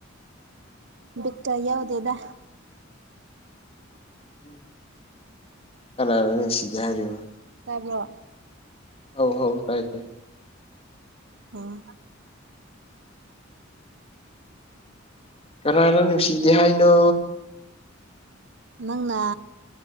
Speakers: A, on the right; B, on the left.
A: ꯕꯤꯠꯀ ꯌꯥꯎꯗꯦꯗ
B: ꯎ ꯀꯅꯥꯅꯣ ꯅꯨꯡꯁꯤꯗꯦ ꯍꯥꯏꯔꯤꯕ
A: ꯇꯥꯕ꯭ꯔꯣ
B: ꯍꯧ ꯍꯧ ꯇꯥꯏ ꯇꯦ
A: ꯑꯣ
B: ꯀꯅꯥꯅ ꯅꯨꯡꯁꯤꯗꯦ ꯍꯥꯏꯅꯣ
A: ꯅꯪꯅ